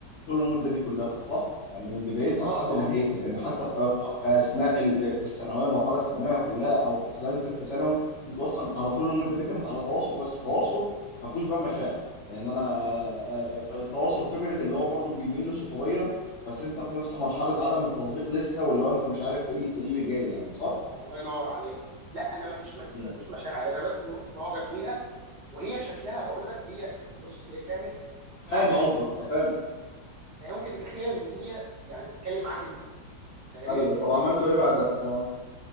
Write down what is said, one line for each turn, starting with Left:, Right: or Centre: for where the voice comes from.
Left: طول المده دي كلها صح؟ يعني من بدايتها
Right: اه
Left: لحد
Right: اه
Left: نهايتها يعني حتى في
Right: اه
Left: في اثناء ال- الثانويه المرحله الثانويه كلها او في خلال ثالثه ثانوي انتوا اصلا على طول المده دي كانت على تواصل بس تواصل ما فيهوش بقى مشاعر يعني انا آه، آه، التواصل فكره اللي هو برضو بيميل لصحوبيه بس انت في نفس مرحله عدم التصديق لسه واللي هو انت مش عارف ايه اللي إيه اللي جاي يعني صح؟
Right: الله ينور عليك لا انا مفيش
Left: مم.
Right: مفيش مشاعر انا بس م- معجب بيها وهي شكلها بقول لك هي يعني بص هي كانت
Left: فاهم
Right: حاجه
Left: قصدك
Right: انت
Left: فاهم
Right: لا يمكن تتخيل ان هي يعني بتتكلم معاك انت فاهمني
Left: ايوه طب عملتوا ايه بعدها اه